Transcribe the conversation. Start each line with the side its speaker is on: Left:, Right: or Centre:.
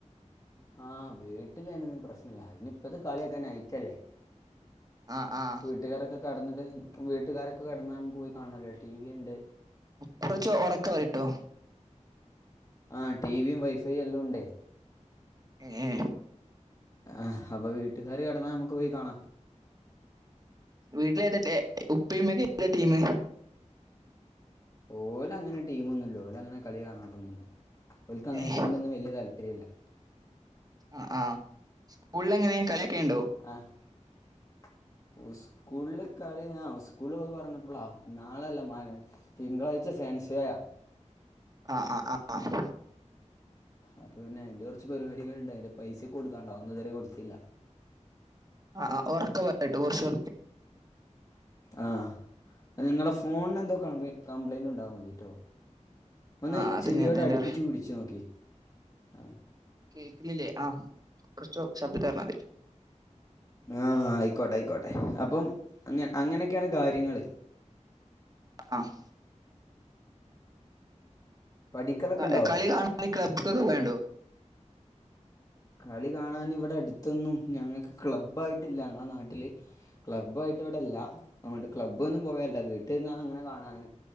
Left: ആഹ് വീട്ടില് അയിനൊന്നും പ്രശ്നല്ല ഇനി ഇപ്പത്തെ കളിയൊക്കെ നൈറ്റല്ലേ
Right: ആഹ് ആഹ്
Left: വീട്ടുകാരൊക്കെ കടന്നിട്ട് വീട്ടുകാരൊക്കെ കിടന്നാൽ നമുക്ക് പോയി കാണാലൊ ടി വി ഇണ്ട്
Right: കൊറച്ച് ഒറക്കെ പറിട്ടൊ
Left: ആഹ് ടിവിയും വൈഫൈയും എല്ലാം ഉണ്ടേ
Right: ഏ ഏ
Left: ആഹ് അപ്പൊ വീട്ടുകാര് കിടന്നാ നമ്മുക്ക് പോയി കാണാ
Right: വീട്ടില് ഏത ഉപ്പയും ഉമ്മയും ഏതാ ടീം
Left: ഓല് അങ്ങനെ ടീം ഒന്നുല്ല ഓല് അങ്ങനെ കളി കാണാറൊന്നുല്ല ഓല്ക്ക് അങ്ങനത്തിനോടൊന്നും
Right: ആഹ്
Left: വല്യ താല്പര്യല്ല
Right: ആഹ് ആഹ് സ്കൂളിൽ എങ്ങനെ കളിയാക്കേണ്ടോ
Left: ആഹ് സ്കൂളിൽ കളി സ്കൂളില് അത് പറഞ്ഞ ളാ നാളെയല്ല മ തിങ്കളാഴ്ച ഫാൻസ ആായ
Right: ആഹ് ആഹ് ആഹ് ആഹ്
Left: അപ്പൊ പിന്നെ അയിന്റെ കൊറച്ച് പരിപാടികള്ണ്ട് അയിന്റെ പൈസ കൊടുക്കാണ്ട് അതൊന്നും ഇതരെ കൊടുത്തില്ല
Right: ആഹ് ഒറക്കെപറിട്ടൊ കൊറച്ച്
Left: ആഹ് ആഹ് നിങ്ങളെ ഫോണന് എന്തോ കപ് കംപ്ലയിന്റ് ഉണ്ടാവാ മതിട്ടോ ഒന്ന്
Right: ആഹ് അതന്നെ
Left: ചെവിയോട്
Right: അതന്നെ
Left: അടുപ്പിച്ച് പിടിച്ചു നോക്കി ആഹ്
Right: കേൾക്കുന്നില്ലേ ആഹ് കൊറച്ചോ ശബ്ദത്തി പറഞ്ഞ മതി
Left: ആഹ് ആയിക്കോട്ടെ ആയിക്കോട്ടെ അപ്പം അങ്ങനെ അങ്ങനെയൊക്കെയാണ് കാര്യങ്ങൾ
Right: ആഹ്
Left: പഠിക്കലൊക്കെ ഉണ്ടോ
Right: ആഹ്കളി കാണ നിങ്ങളി ക്ല്ബ്ക്കെ പോല്ണ്ടോ
Left: കളി കാണാൻ ഇവിടെ അടുത്തൊന്നും ഞങ്ങൾക്ക് ക്ലബ്ബ് ആയിട്ടില്ല ഞങ്ങളെ നാട്ടിൽ ട്ടില് ക്ലബ്ബ് ആയിട്ട് ഇവിടെ ഇല്ല അങ്ങോട്ട് ക്ലബ്ബൊന്നും പോയല്ല വീട്ടിൽന്ന അങ്ങനെ കാണാൻ